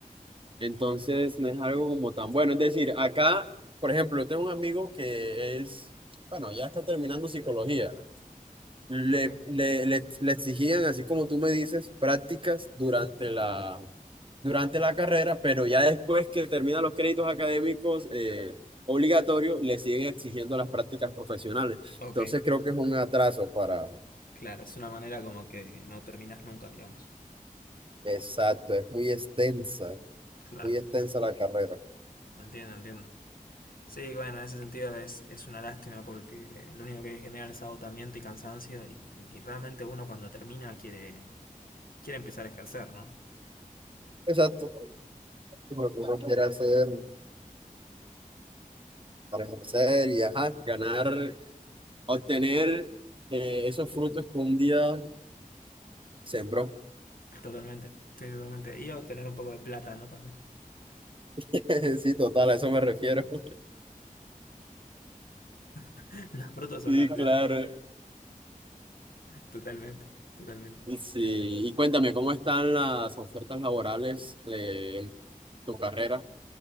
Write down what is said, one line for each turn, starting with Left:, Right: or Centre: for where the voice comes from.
Right: Entonces no es algo como tan bueno. Es decir, acá, por ejemplo, yo tengo un amigo que es, bueno, ya está terminando psicología. Le,
Left: Ok.
Right: le, le, le exigían, así como tú me dices, prácticas durante la, durante la carrera, pero ya después que terminan los créditos académicos eh, obligatorios, le siguen exigiendo las prácticas profesionales.
Left: Ok,
Right: Entonces creo que es un atraso para...
Left: claro, es una manera como que no terminás nunca, digamos.
Right: Exacto, es muy extensa,
Left: Claro.
Right: muy extensa la carrera.
Left: Entiendo, entiendo. Sí, bueno, en ese sentido es, es una lástima porque lo único que genera es agotamiento y cansancio y, y realmente uno cuando termina quiere quiere empezar a ejercer, ¿no?
Right: Exacto, lo que uno quiere hacer. para ejercer y ajá, ganar, obtener eh, esos frutos que un día sembró.
Left: Totalmente, sí, totalmente. Y obtener un poco de plata, ¿no? También.
Right: <laughs> Sí, total, a eso me refiero. <laughs>
Left: <laughs> Los frutos son
Right: Sí,
Left: la
Right: claro.
Left: plata. Totalmente, totalmente.
Right: Sí, y cuéntame, ¿cómo están las ofertas laborales de tu carrera